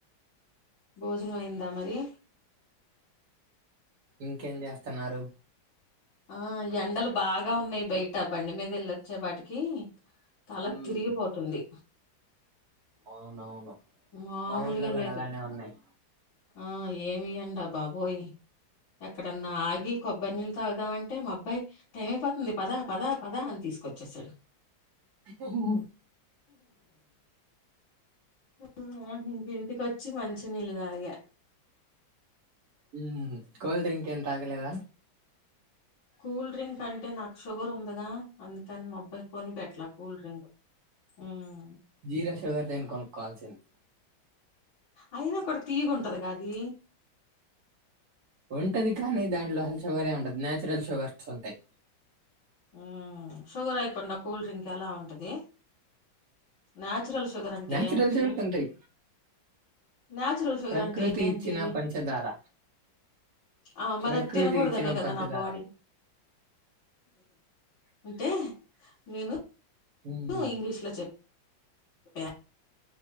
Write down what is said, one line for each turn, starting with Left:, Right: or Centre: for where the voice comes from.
Left: భోజనం అయిందా మరి
Right: ఇంకేం జేస్తున్నారు
Left: ఆ ఎండలు బాగా ఉన్నాయి బయట బండి మీద ఎల్లవచ్చే పాటికి తల
Right: ఉమ్
Left: తిరిగిపోతుంది
Right: అవునవును
Left: మామూలుగా
Right: మా ఊర్లో గూడ
Left: లేదు
Right: అలానే ఉన్నాయి
Left: ఆ ఏమి ఎండ బాబోయ్ ఎక్కడన్నా ఆగి కొబ్బరి నీళ్ళు తాగుదామంటే మా అబ్బాయి టైం అయిపోతుంది పదా పదా పదా అని తీసుకొచ్చేశాడు
Right: ఉహూ
Left: ఆహా ఇంక ఇంటింటికొచ్చి మంచి నీళ్ళు తాగ
Right: హూ కోల్డ్ డ్రింక్ ఏం తాగలేద
Left: కూల్ డ్రింక్ అంటె నాకు షుగర్ ఉందిగా అందుకని మబ్ మి అబ్బయి కొనిపెట్ల కూల్డ్రింగ్ ఉమ్
Right: జీర సుగర్దైన కొనుక్కోవాల్సింది
Left: అయినా కూడా తీయగుంటది గది
Right: ఉంటది కానీ దాంట్లో హల్ షుగరే ఉందడు నచురల్ షుగర్స్ ఉంటాయి
Left: ఊ.. షుగర్ అయకుండ కూల్ డ్రింక్ ఎలా ఉంటది? నాచురల్స్.. షుగర్ అంటే
Right: నేచురల్
Left: ఏంటి?
Right: షుగర్స్ ఉంటాయి
Left: నాచురల్ షుగర్
Right: ప్రకృతి
Left: అంటే ఏంటి?
Right: ఇచ్చిన పంచదార
Left: ఆ మరి
Right: ప్రకృతి
Left: తినకూడదనే
Right: ఇచ్చిన
Left: కదా
Right: పంచదార
Left: నా బాడీ? ! అంటే నేను
Right: మ్మ్.
Left: ఊ ఇంగ్లీష్ లో చెప్ ప్య